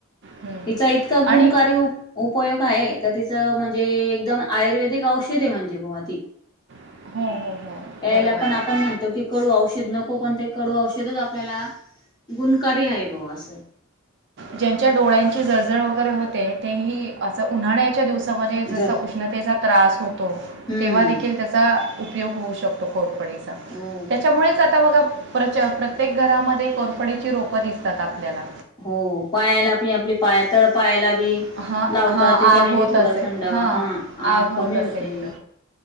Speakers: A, on the right (about 55°); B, on the left (about 20°).
A: हं.
B: तिचा इतका गुणकारी
A: आणि
B: उ उपयोग आहे. तर तिचं म्हणजे एकदम आयुर्वेदिक औषधे म्हणजे बवा ती.
A: हो, हो, हो.
B: यायला
A: बरोबर आहे.
B: पण आपण म्हणतो कि कडू औषध नको पण ते कडू औषध. श आपल्याला गुणकारी आहे भा असं.
A: ज्यांच्या डोळ्यांची जळजळ वगैरे होते तेही असं उन्हाळ्याच्या दिवस म जसा
B: ज
A: उष्णतेचा त्रास होतो
B: हम्म
A: तेव्हा देखील त्याचा उपयोग होऊ शकतो खूप त्यांच्यामुळेच
B: हो
A: आता बघा प्र प्रत्येक घरामध्ये कोरफडीची रोपं दिसतात आपल्याला
B: हो पायाला आप आपली पाया तळ पायाला
A: हां,
B: लावता
A: हां,
B: त्याच्याने
A: आग होत
B: बी थोडा
A: असेल
B: थंडावा
A: हां,
B: हा
A: आग
B: आ
A: होत
B: कमी
A: असेल
B: होते
A: तर.